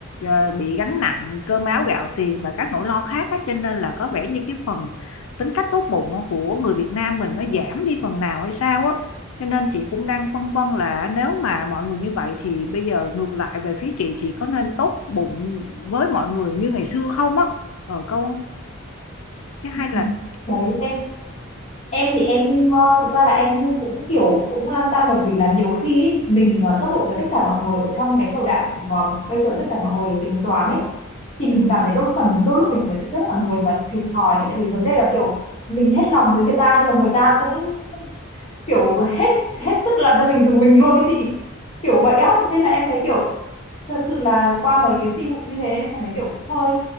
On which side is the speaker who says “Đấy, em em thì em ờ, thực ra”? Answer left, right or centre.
Left